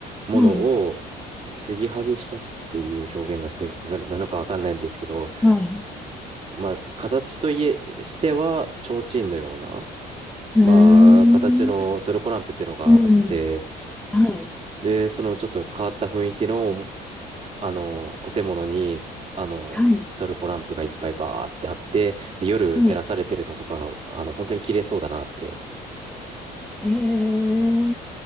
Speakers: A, on the right (about 35°); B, in the centre.
A: ものを
B: はい、
A: 継ぎはぎしたっていう表現が正確なのかわかんないんですけど、
B: はい。
A: まあ、形といえ、しては、提灯のような、
B: うーん、
A: まあ、形のトルコランプっていうのがあって、
B: うん、はい、
A: で、そのちょっと変わった雰囲気の、あの、建物に、あの、
B: はい、
A: トルコランプがいっぱいバーってあって、で、夜照らされてるのとか、
B: はい。
A: あの、本当に綺麗そうだなって
B: へえ、